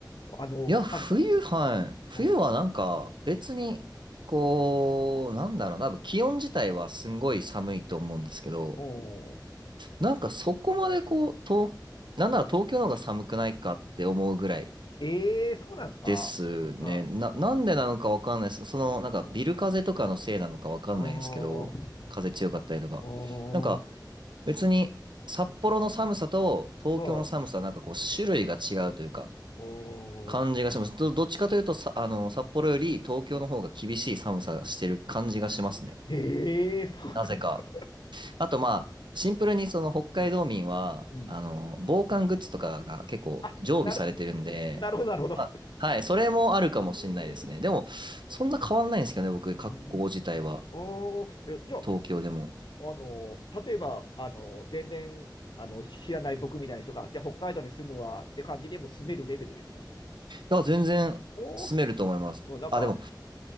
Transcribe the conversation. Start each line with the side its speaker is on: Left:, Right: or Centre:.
Left: あの寒さ。
Right: いや、冬はい、冬はなんか別に、
Left: うん、
Right: こう、なんだろうな、多分気温自体はすんごい寒いと思うんですけど、
Left: うん、
Right: なんかそこまでこう、東、なんなら東京の方が寒くないかって思うぐらい
Left: ええー、そうなんですか。
Right: ですね。
Left: うん、
Right: な、なんでなのかわかんないです。その、なんかビル風とかのせいなのかわかんないですけど、
Left: うん、おー、
Right: 風強かったりとか。
Left: おー、
Right: なんか別に札幌の寒さと東京の寒さはなんかこう種類が違うというか、
Left: おー、おー、
Right: 感じがします。ど、どっちかというとさ、あの、札幌より東京の方が厳しい寒さがしてる感じがしますね。
Left: おええー、そうなんです。
Right: なぜか。あと、まあ、シンプルにその北海道民は、
Left: うん、うん。
Right: あの、防寒グッズとかが結構常備されてるんで、
Left: あ、なるほど、なるほど、なるほど。
Right: まあ、はい、それもあるかもしれないですね。
Left: うん、
Right: でも、そんな変わんないんですけどね、僕、格好自体は、
Left: うんおー、えじゃあ、
Right: 東京でも。
Left: あの、例えば、あの、全然、あの、知らない僕みたいな人が、じゃあ北海道に住むわって感じでもう住めるレベルですか
Right: いや、全然住めると思います。
Left: おおー、うんなんか、
Right: あ、でも、